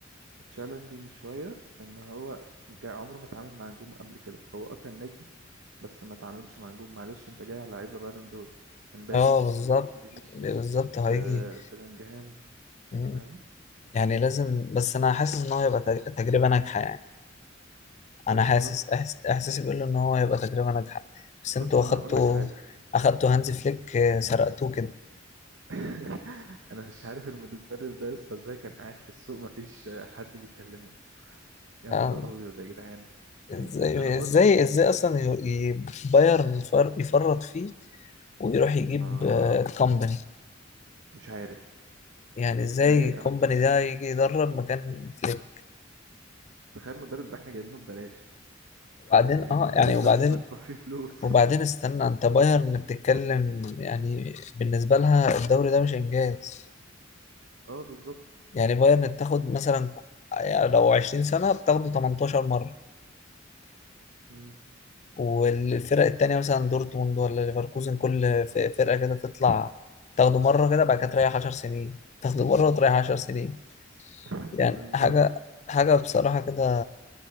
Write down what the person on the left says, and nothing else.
اه بالظبط
بالظبط هيجي
مم.
يعني لازم بس انا حاسس ان هو يبقى تج- تجربة ناجحة يعني انا
حاسس أحس... احساسي بيقول له ان هو هيبقى تجربه ناجحه بس انتوا
اخدتوا
اخدتوا هانز فليك آه، سرقتوه كده
آه،
ازاي
ازاي ازاي اصلا ي... ي... بايرن يفر... يفرط فيه ويروح يجيب
آه، كومباني
يعني ازاي
كومباني
ده يجي يدرب مكان فليك
وبعدين
اه
يعني وبعدين
وبعدين
استنى انت بايرن بتتكلم يعني بالنسبه لها الدوري ده مش انجاز
يعني بايرن بتاخد مثلا يعني لو 20 سنه بتاخده 18
والفرق التانية مثلا دورتموند ولا ليفركوزن كل ف- فرقة كده تطلع تاخده مرة كده بعد كده تريح عشر سنين تاخده مرة وتريح عشر سنين
يعني
حاجة حاجة بصراحة كده